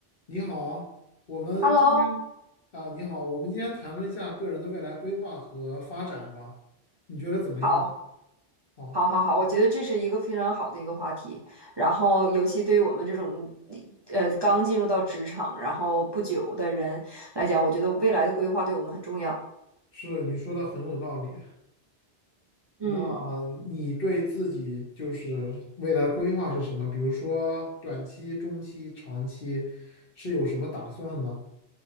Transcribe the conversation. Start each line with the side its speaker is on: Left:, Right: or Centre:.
Left: 你好，我们今天啊，
Right: Hello，
Left: 你好，我们今天谈论一下个人的未来规划和发展吧，你觉得怎么样？
Right: 好，
Left: 啊，
Right: 好，好，好，我觉得这是一个非常好的一个话题。然后，尤其对于我们这种呃刚进入到职场，然后不久的人来讲，我觉得未来的规划对我们很重要。
Left: 是你说的很有道理。那
Right: 嗯。
Left: 你对自己就是未来规划是什么？比如说短期、中期、长期是有什么打算呢？